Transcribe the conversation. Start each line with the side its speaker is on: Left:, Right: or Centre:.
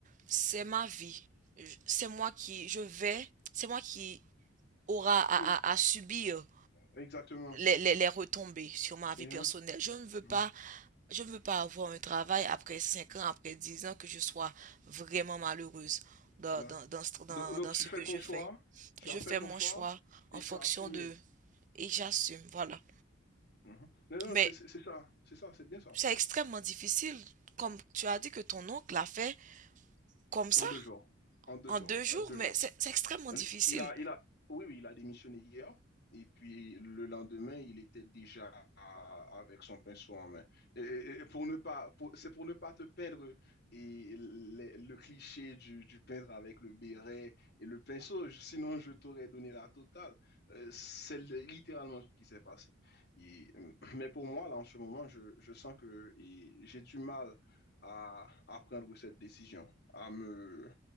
Right: c'est ma vie. Je- C'est moi qui, je vais, c'est moi qui aura à,
Left: Qui-
Right: à, à subir
Left: Exactement.
Right: les, les, les retombées sur ma vie
Left: Et,
Right: personnelle.
Left: hein,
Right: Je ne veux pas,
Left: hein,
Right: je ne veux pas avoir un travail après 5 ans, après 10 ans, que je sois vraiment malheureuse dans,
Left: ouais.
Right: dans, dans, ce- dans,
Left: Donc, donc
Right: dans
Left: tu
Right: ce que
Left: fais ton
Right: je
Left: choix,
Right: fais.
Left: tu
Right: Je
Left: as fait
Right: fais
Left: ton
Right: mon
Left: choix
Right: choix en
Left: et
Right: fonction
Left: tu as assumé.
Right: de... Et
Left: Yeah.
Right: j'assume, voilà.
Left: Mhm. Non, non,
Right: Mais
Left: c'est c'est- c'est ça, c'est ça, c'est bien ça.
Right: c'est extrêmement difficile. Comme tu as dit que ton oncle l'a fait comme ça,
Left: En deux jours. En deux
Right: en
Left: jours.
Right: deux jours,
Left: euh, deux
Right: mais
Left: jours.
Right: c'est c'est extrêmement difficile.
Left: Il a, il a, oui, oui, il a démissionné hier. Et puis le lendemain, il était déjà à- avec son pinceau en main. Et, et- et pour ne pas, pour- c'est pour ne pas te peindre et le, le cliché du, du peintre avec le béret et le pinceau. Je- Sinon, je t'aurais donné la totale. Euh, c'est littéralement ce qui s'est passé. Et, euh, mais pour moi, là, en ce moment, je, je sens que et j'ai du mal à, à prendre cette décision, à me,